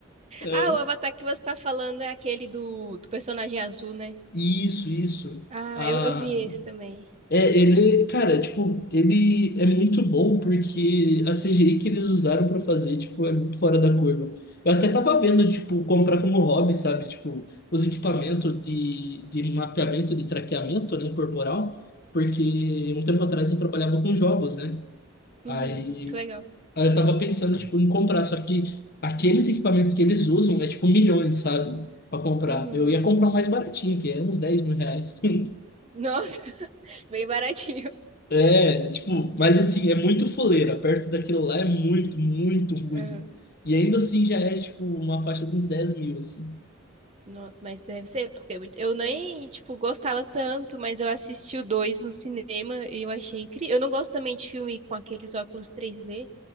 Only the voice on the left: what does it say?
É,
isso, isso.
Ah,
É, ele, cara, tipo, ele é muito bom porque a CGI que eles usaram pra fazer, tipo, é muito fora da curva. Eu até tava
vendo, tipo, comprar como hobby, sabe? Tipo, os equipamentos de, de mapeamento, de traqueamento, né, corporal, porque um tempo atrás eu trabalhava com jogos, né?
Aí,
aí eu tava pensando, tipo, em comprar, só que aqueles equipamentos que eles usam é, tipo, milhões, sabe? Pra comprar.
Eu ia comprar o mais baratinho, que é uns dez mil reais. <laughs>
É, tipo, mas assim, é muito foleira. Perto daquilo lá é muito, muito ruim.
E ainda assim já é, tipo, uma faixa de uns 10 mil, assim.